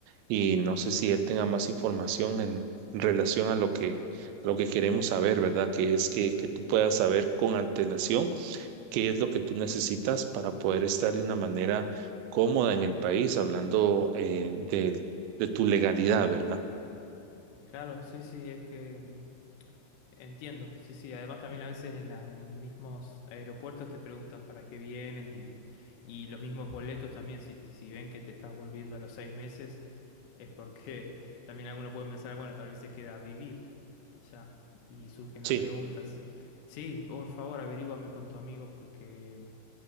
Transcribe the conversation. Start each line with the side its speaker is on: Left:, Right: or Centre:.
Right: y no sé si él tenga más información en, en relación a lo que, a lo que queremos saber, ¿verdad? Que es que, que tú puedas saber con antelación qué es lo que tú necesitas para poder estar de una manera cómoda en el país, hablando eh, de, de tu legalidad, ¿verdad?
Left: Claro, sí, sí, es que mm, Entiendo, sí, sí. Además también a veces en los mismos aeropuertos te preguntan para qué vienes y, y los mismos boletos también, si, si ven que te estás volviendo a los seis meses, es porque <laughs> también algunos pueden pensar, bueno, tal vez se queda a vivir ya y surgen
Right: Sí.
Left: las preguntas. Sí, por favor, averíguame con tu amigo porque